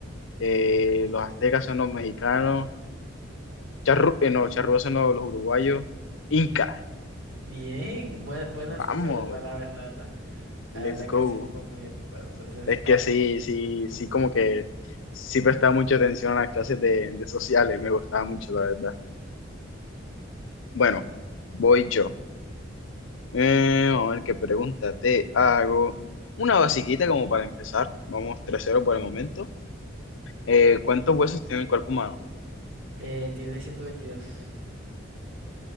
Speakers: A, on the left; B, on the right.
A: eh, los aztecas son los mexicanos, charru eh, no, charrúas son los, los uruguayos, Inca,
B: Bien, buen, buen
A: vamos,
B: asocio de palabras, la verdad. La
A: let's
B: verdad
A: go.
B: que sí estuvo muy bien. Bueno, entonces,
A: Es
B: dale.
A: que sí, sí, sí, como que sí prestaba mucha atención a las clases de, de sociales, me gustaba mucho, la verdad. Bueno, voy yo. Eh, vamos a ver qué pregunta te hago. Una basiquita como para empezar. Vamos tres cero por el momento. Eh, ¿cuántos huesos tiene el cuerpo humano?
B: Eh, tiene ciento veintidós